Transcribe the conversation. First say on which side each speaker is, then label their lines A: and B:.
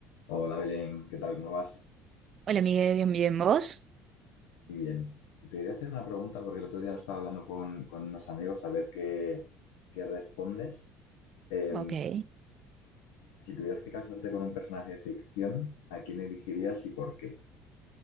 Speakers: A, on the left; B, on the right.
A: Hola Belén, ¿qué tal? ¿Cómo vas?
B: Hola, Miguel, bien, bien, ¿vos?
A: Muy bien. Te quería hacer una pregunta porque el otro día lo estaba hablando con, con unos amigos a ver qué, qué respondes. Em,
B: Ok.
A: si tuvieras que casarte con un personaje de ficción, ¿a quién elegirías y por qué?